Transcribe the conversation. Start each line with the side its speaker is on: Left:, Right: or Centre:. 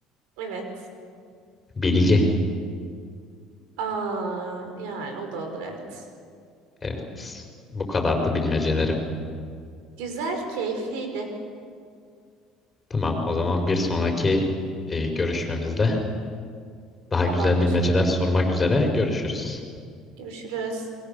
Right: Evet.
Left: Bilgi.
Right: Aa, yani o da olur evet.
Left: Evet. Bu kadardı bilmecelerim.
Right: Güzel, keyifliydi.
Left: Tamam, o zaman bir sonraki e, görüşmemizde daha
Right: Tamamdır.
Left: güzel bilmeceler sormak üzere görüşürüz.
Right: Görüşürüz.